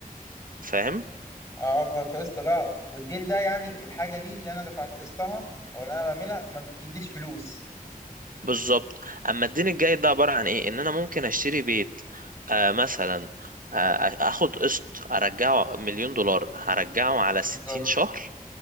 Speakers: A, on the right (about 65°); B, on the left (about 20°).
A: فاهم
B: اه ف- فقسط بقى والدين ده يعني الحاجة دي اللي انا دفعت قسطها او اللي انا بعملها ما بتجيبليش فلوس
A: بالظبط اما الدين الجاي ده عباره عن ايه ان انا ممكن اشتري بيت آه مثلا آه اخد قسط ارجعه مليون دولار هرجعه على 60
B: بالظبط
A: شهر